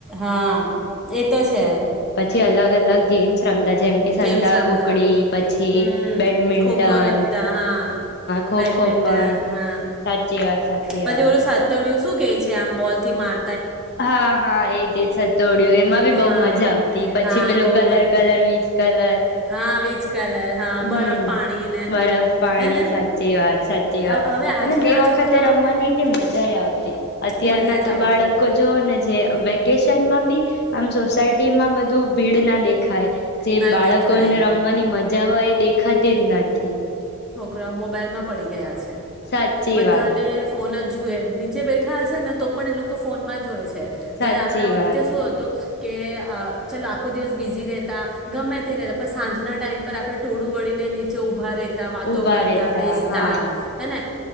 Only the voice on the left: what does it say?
છી અલગ અલગ ગેમ્સ રમતા જેમ કે સંતા
કુકડી પછી
બેડમિન્ટન
ખોખો
પણ
સાચી વાત સાચી
વાત
હા, હા, એજ એજ સતોડિયું એમાં બી બો
મજા આવતી પછી
પેલું
કલર
કલર વી કલર
હમ્મ,
બરફ પાણી
સાચી વાત સાચી વાત
અને તે વખતે
રમવાની એટલી મજાએ આવતી, અત્યારના
તો
બાળક જોવોને જે ર્વેંકેશનમાં બી આમ જો <unintelligible> માં બધું ભીડ ના દેખાય. જે
બાળકોને
રમવાની મજા હોય, એ દેખાતીજ નથી.
સાચી
વાત.
સાચી
વાત
ઉભા
રહેતા
હા